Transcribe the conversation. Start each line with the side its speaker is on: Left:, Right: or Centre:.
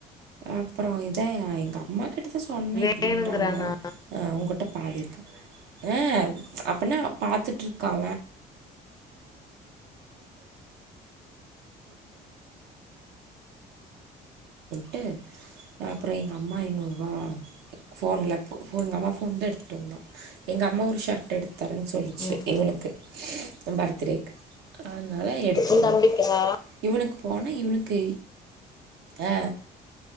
Right: அப்பறோ இதா எங்க அம்மா கிட்ட சொன்னே
Left: வேணுங்கறானா
Right: இப்பிடின்றாம்மா உங்கிட்ட பாதி இருக்கன் ஹ அப்பனா பாத்துட்டு இருக்க <inaudible> <inaudible> <inaudible>
Left: ம்
Right: அதனால எடுத்துக்கோன்னு
Left: உதம்பிக்கா
Right: இவனுக்கு போனா இவனுக்கு <inaudible>